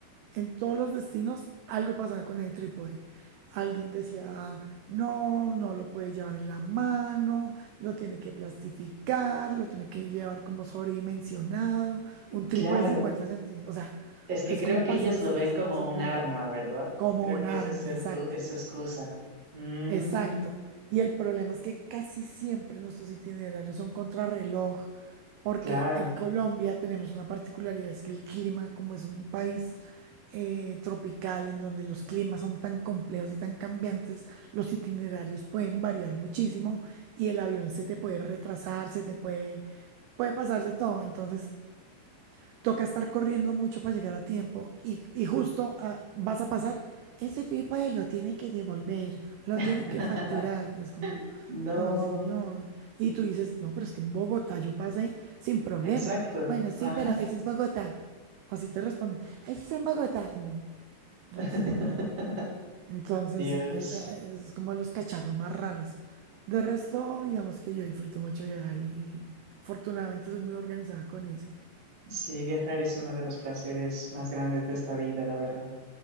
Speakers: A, on the right (about 80°); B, on the right (about 40°).
A: en todos los destinos, algo pasaba con el trípode. Alguien decía, no, no lo puede llevar en la mano, lo tiene que plastificar, lo tiene que llevar como sobredimensionado, un trípode
B: Claro,
A: de 50 centímetros. O sea,
B: Es que
A: es
B: creo
A: como
B: que
A: para
B: ellos
A: hacer selfies
B: lo ven como
A: con el celular,
B: un arma, ¿verdad?
A: como
B: Creo
A: un
B: que
A: arma,
B: esa es el
A: exacto.
B: cu- es su excusa. Mm,
A: Exacto. Y el problema es que casi siempre nuestros itinerarios son contrarreloj, porque
B: claro.
A: en Colombia tenemos una particularidad, es que el clima, como es un país eh, tropical, en donde los climas son tan complejos y tan cambiantes, los itinerarios pueden variar muchísimo y el avión se te puede retrasar, se te puede, puede pasar de todo. Entonces, Toca estar corriendo mucho para llegar a tiempo y, y justo ah, vas a pasar, ese trípode lo tiene que devolver, lo tiene
B: <laughs>
A: que facturar. Es como,
B: No,
A: ay, señor. Y tú dices, no, pero es que en Bogotá yo pasé sin problema.
B: exacto.
A: Bueno, sí,
B: Ajá.
A: pero ese es Bogotá. Así te responden, ese es en Bogotá. Y no,
B: <laughs>
A: ay, señora. Entonces,
B: Dios.
A: sí, eh, eh, es como los cacharros más raros. De resto, digamos que yo disfruto mucho viajar y y afortunadamente soy muy organizada con eso.
B: Sí, viajar es uno de los placeres más grandes de esta vida, la verdad.